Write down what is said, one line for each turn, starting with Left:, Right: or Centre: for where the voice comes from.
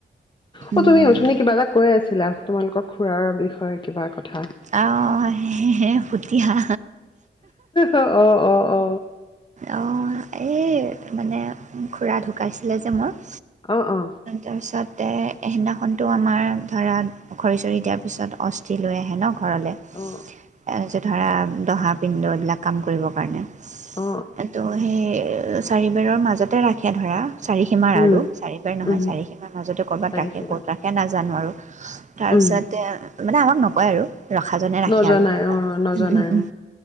Right: উম,
Left: অ', তুমি অথনি কিবা এটা কৈ আছিলা, তোমালোকৰ খুৰাৰ বিষয়ে কিবা কথা।
Right: অ', সে ফুতিহা।
Left: অ অ অ অ
Right: অ', এই মানে খুৰা ঢুকাইচিলে যে মোৰ।
Left: অ', অ'।
Right: তাৰপিছতে সেইদিনাখনতো আমাৰ ধৰা খৰি-চৰি দিয়াৰ পিছত অস্থি লৈ আহে ন'! ঘৰলৈ,
Left: অ
Right: এ যে ধৰা দহা, পিণ্ড এইবিলাক কাম কৰিব কাৰণে।
Left: অ অ
Right: ত' সেই চাৰিবাৰৰ মাজতে ৰাখে ধৰা, চাৰি সীমাৰ
Left: উম
Right: আৰু, চাৰিবাৰ নহয়
Left: উম
Right: চাৰিসীমাৰ মাজতে ক'ৰবাত
Left: চাৰিসীমা
Right: ৰাখে, ক'ত ৰাখে নাজানো আৰু। তাৰ
Left: উম
Right: পিছতে মানে আমাক নকয় আৰু, ৰখাজনে ৰাখে
Left: নজনাই
Right: আৰু, ক'ৰবাত
Left: অ নজনাই
Right: হম, হম, হম।
Left: উম